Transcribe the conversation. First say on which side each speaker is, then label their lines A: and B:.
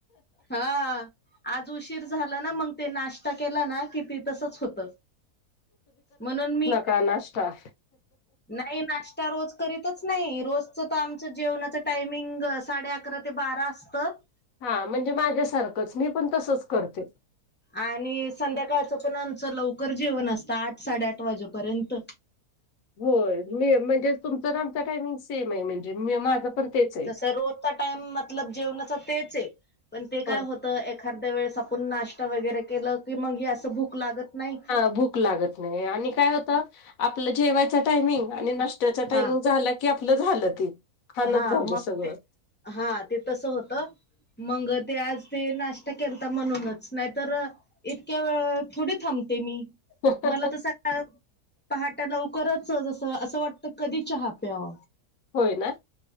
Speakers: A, on the left; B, on the left.
A: हा. आज उशीर झाला ना मग ते नाष्टा केला ना किती तसचं होतं, म्हणून मी
B: का नाष्टा.
A: नाही नाष्टा रोज करीतचं नाही, रोजचं तर आमचा जेवणाचं टायमिंग साडे अकरा ते बारा असतं.
B: हा म्हणजे माझ्यासारखंच मी पण तसंच करते.
A: आणि संध्याकाळचं पण आमचं लवकर जेवण असतं आठ साडेआठ वाजेपर्यंत.
B: होय मी म्हणजे तुमचं अन् आमचं टायमिंग सेम आहे, म्हणजे माझं पण तेच आहे.
A: जस रोजचा टाईम मतलब जेवणाचा तेच ये पण ते
B: होय.
A: काय हो त एखाद्या वेळेस आपण नाष्टा वगैरे केलं की मग असं भूक लागत नाही.
B: हा भूक लागत नाही आणि काय होतं आपलं जेवायाचं टायमिंग आणि नाष्ट्याचा टायमिंग
A: हा
B: झालं की आपलं झालं ते खाणचं
A: हा
B: झालं
A: मग
B: सगळं.
A: ते हा ते तसं होतं. मग ते आज ते नाष्टा केलता म्हणूनच नाही तर इतक्या वेळ थोडी थांबते मी.
B: <unintelligible>
A: मला तर सकाळ पहाट लवकरच जसं असं वाटत कधी चहा प्यावा.
B: होय ना.